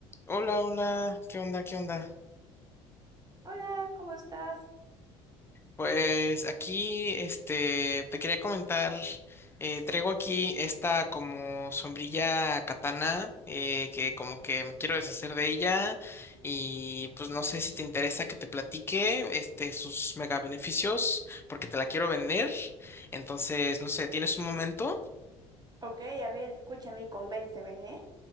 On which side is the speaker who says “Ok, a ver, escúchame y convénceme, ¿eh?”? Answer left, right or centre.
Right